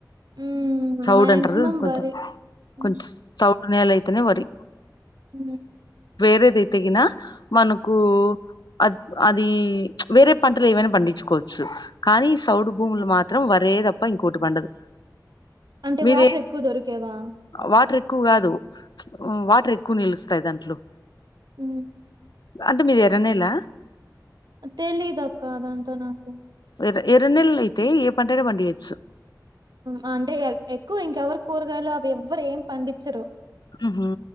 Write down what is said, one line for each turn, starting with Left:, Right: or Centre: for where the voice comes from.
Right: ఉమ్
Left: పతోడు
Right: మాక్సిమం
Left: అంటారు జూడు కొంచెం
Right: వరే ఉమ్,
Left: కొంచం నేలైతేనే వరి
Right: ఉ
Left: వేరేదైతేగిన మనకు అది అది వేరే పంటలు ఏవైన పండిచుకోవచ్చు కానీ ఈ సౌడు భూములు మాత్రం వరే తప్ప ఇంకోటి పండదు
Right: అంటే
Left: మీది
Right: వాటర్ ఎక్కువ దొరికేవా
Left: వాటర్ ఎక్కువ కాదు వాటర్ ఎక్కువ నిలుస్తాయి దాంట్లో
Right: ఉ
Left: అంటే మీది ఎర్రనేల
Right: తెలిదక్క అదంత నాకు
Left: ఎర్ ఎర్ర నెల్ లైతే ఏ పంటైనా పండియొచ్చు
Right: ఆ అంటే ఎక్వా ఇంకెవరు కూరగాయలు అవి ఎవ్వరెం పండించరు
Left: ఉహా